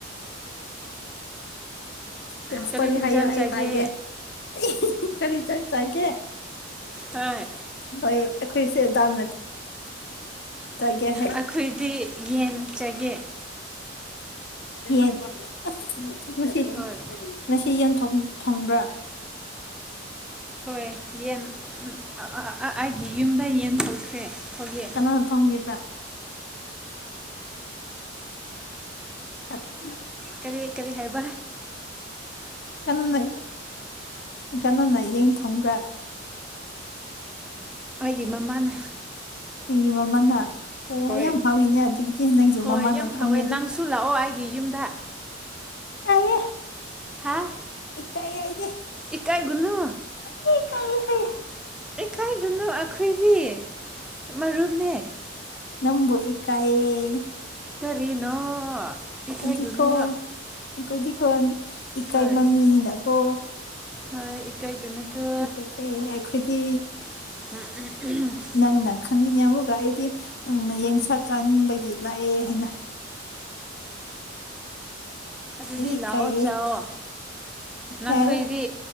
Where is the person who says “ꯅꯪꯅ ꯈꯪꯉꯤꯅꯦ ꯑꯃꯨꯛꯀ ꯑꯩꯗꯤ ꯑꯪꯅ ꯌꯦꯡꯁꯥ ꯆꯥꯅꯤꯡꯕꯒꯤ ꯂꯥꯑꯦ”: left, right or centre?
Left